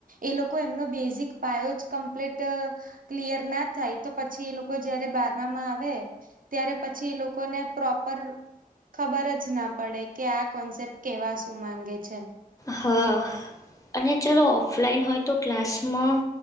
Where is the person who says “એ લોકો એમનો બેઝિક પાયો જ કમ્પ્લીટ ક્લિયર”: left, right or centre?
Right